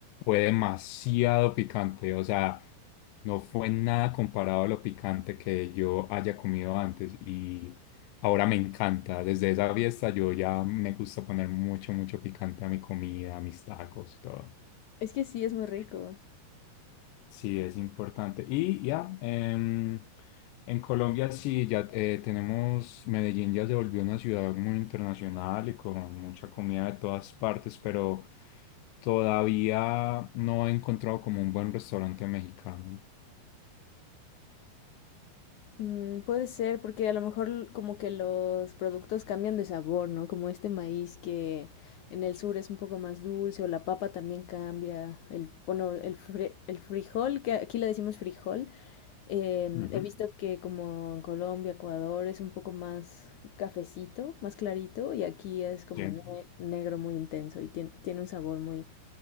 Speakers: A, on the left (about 85°); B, on the left (about 70°).
A: fue demasiado picante, o sea, no fue nada comparado a lo picante que yo haya comido antes y Ahora me encanta. Desde esa fiesta yo ya me gusta poner mucho, mucho picante a mi comida, a mis tacos, y todo.
B: Es que sí, es muy rico.
A: Sí, es importante. Y ya, em, en Colombia sí, ya eh, tenemos, Medellín ya se volvió una ciudad muy internacional y con mucha comida de todas partes, pero todavía no he encontrado como un buen restaurante mexicano.
B: Mm, puede ser, porque a lo mejor como que los productos cambian de sabor, ¿no? Como este maíz que en el sur es un poco más dulce, o la papa también cambia. El, bueno, el, fri- el frijol, que aquí le decimos frijol, em,
A: Ujú,
B: he visto que como en Colombia, Ecuador es un poco más cafecito, más clarito, y aquí es como
A: sí.
B: ne- negro muy intenso y tien- tiene un sabor muy,